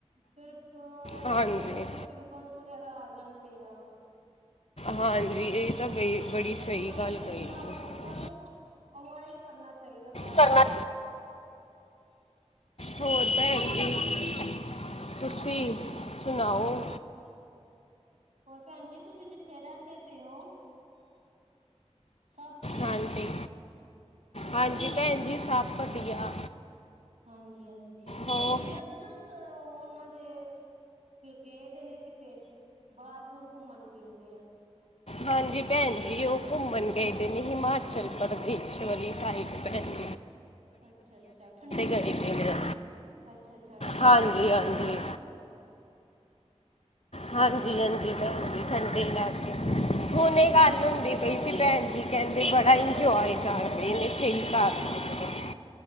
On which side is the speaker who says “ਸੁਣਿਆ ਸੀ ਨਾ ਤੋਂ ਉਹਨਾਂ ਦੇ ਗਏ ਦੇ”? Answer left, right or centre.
Right